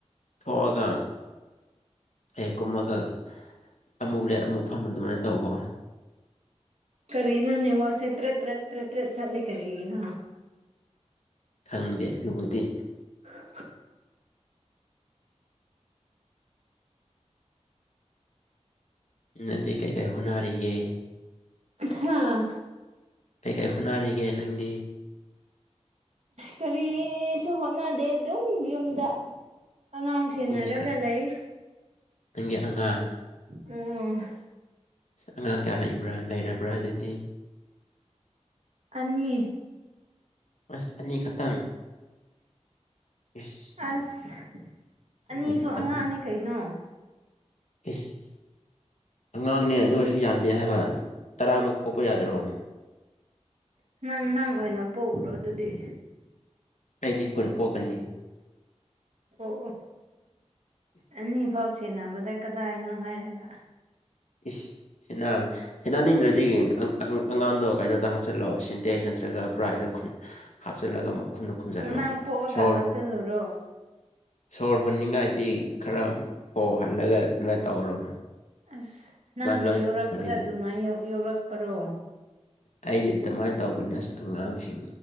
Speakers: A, on the left; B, on the right.
A: ꯊꯣꯛꯑꯒ ꯍ‌ꯦꯛ ꯀꯨꯝꯃꯒ ꯑꯃꯨꯛ ꯂꯦꯞ ꯑꯃꯨꯛ ꯐꯝ ꯑꯗꯨꯃꯥꯏꯅ ꯇꯧꯌ‌ꯣ
B: ꯀꯔꯤꯅ‌ꯣꯅ‌ꯦ ꯋꯥꯁꯦ ꯇꯔ‌ꯦꯠ ꯇꯔ‌ꯦꯠ ꯇꯔ‌ꯦꯠ ꯇꯔ‌ꯦꯠ ꯆꯠꯂꯤ ꯀꯔꯤꯒꯤꯅ‌ꯣ
A: ꯈꯪꯗꯦ ꯑꯗꯨꯕꯨꯗꯤ
B: <unintelligible>
A: ꯅꯪꯗꯤ ꯀꯩ ꯀꯩ ꯍꯣꯠꯅꯔꯤꯒꯦ
B: ꯍꯥꯥ
A: ꯀꯩ ꯀꯩ ꯍꯣꯠꯅꯔꯤꯒꯦ ꯅꯪꯗꯤ
B: ꯀꯔꯤꯌ‌ꯦꯁꯨ ꯍꯣꯠꯅꯗꯦ ꯑꯗꯨꯝ ꯌꯨꯝꯗ ꯑꯉꯥꯡ ꯁꯦꯟꯅꯔꯒ
A: ꯅꯤꯁ ꯈꯔ
B: ꯂꯩ
A: ꯅꯪꯒꯤ ꯑꯉꯥꯡ
B: ꯎꯝ
A: ꯑꯉꯥꯡ ꯀꯌꯥ ꯂꯩꯕ꯭ꯔꯥ ꯂꯩꯔꯕ꯭ꯔꯥ ꯑꯗꯨꯗꯤ
B: ꯑꯅꯤ
A: ꯑꯁ ꯑꯅꯤ ꯈꯛꯇꯪ ꯏꯁ
B: ꯑꯁ ꯑꯅꯤꯁꯨ
A: ꯑꯅꯤ ꯈꯛꯇꯪ
B: ꯑꯉꯥꯡꯅꯦ ꯀꯩꯅꯣ
A: ꯏꯁ ꯑꯉꯥꯡꯅꯦ ꯑꯗꯨ ꯑꯣꯏꯁꯨ ꯌꯥꯝꯗꯦ ꯍꯥꯏꯕ ꯇꯔꯥꯃꯨꯛ ꯄꯣꯛꯄ ꯌꯥꯗ꯭ꯔꯣ
B: ꯎ ꯅꯪ ꯅꯪ ꯑꯣꯏꯅ ꯄꯣꯛꯎꯔꯣ ꯑꯗꯨꯗꯤ
A: ꯑꯩꯗꯤ ꯀꯨꯟ ꯄꯣꯛꯀꯅꯤ
B: ꯄ‌ꯣꯛꯑꯣ ꯑꯅꯤ ꯐꯥꯎ ꯁꯦꯟꯅꯕꯗ ꯀꯗꯥꯏꯅꯣ ꯍꯥꯏꯔꯒ
A: ꯏꯁ ꯁ‌ꯦꯟꯅꯕ ꯁ‌ꯦꯟꯅꯅꯤꯡꯗ꯭ꯔꯗꯤ ꯑꯪ ꯑꯪ ꯑꯉꯥꯡꯗꯣ ꯀꯩꯅꯣꯗ ꯍꯥꯞꯆꯤꯜꯂꯣ ꯁꯤꯟꯇꯦꯛꯁ ꯅꯠꯇ꯭ꯔꯒ ꯕ꯭ꯔꯥꯏꯠꯗ ꯈꯨꯟ ꯍꯥꯞꯆꯜꯂꯒ ꯃꯈꯨꯝꯗ‌ꯣ ꯈꯨꯝꯖꯜꯂꯣ
B: ꯅꯪ ꯄꯣꯛꯑꯒ
A: ꯁꯣꯔ
B: ꯍꯥꯞꯆꯤꯜꯂꯨꯔꯣ
A: ꯁꯣꯔ ꯍ‌ꯣꯟꯅꯤꯉꯥꯏꯗꯤ ꯈꯔ ꯍꯣꯍꯜꯂꯒ ꯑꯗꯨꯃꯥꯏꯟ ꯇꯧꯔꯣ
B: ꯑꯁ ꯅꯪꯕꯨ
A: ꯂꯣꯏꯅ
B: ꯌ‌ꯣꯛꯔꯛꯄꯗ
A: ꯇꯧꯅꯤꯗ
B: ꯑꯗꯨꯃꯥꯏꯟ ꯌ‌ꯣꯛ ꯌ‌ꯣꯛꯂꯛꯄꯔꯣ
A: ꯑꯩꯗꯤ ꯑꯗꯨꯃꯥꯏꯅ ꯇꯧꯕꯅ‌ꯦ ꯑꯁ ꯑꯉꯥꯡꯁꯤꯡ